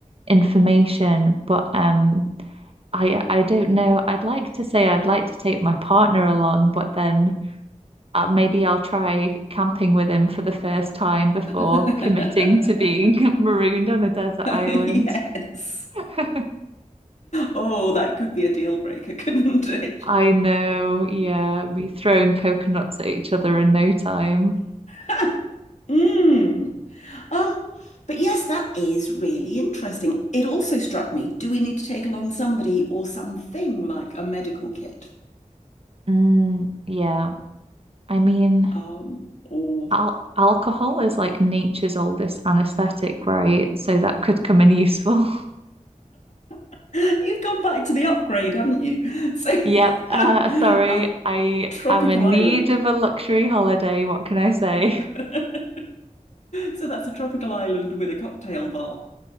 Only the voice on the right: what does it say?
information. But um I I don't know. I'd like to say I'd like to take my partner along, but then uh, maybe I'll try camping with him for the first time before
committing to being <laughs> marooned on a desert island.
<laughs>
I know, yeah, be throwing coconuts at each other in no time.
Mm, yeah. I mean,
al alcohol is like nature's oldest anesthetic, right? So that could come in useful. <laughs>
Yep. Uh,
sorry,
I
am in
need of a luxury holiday. What can I say?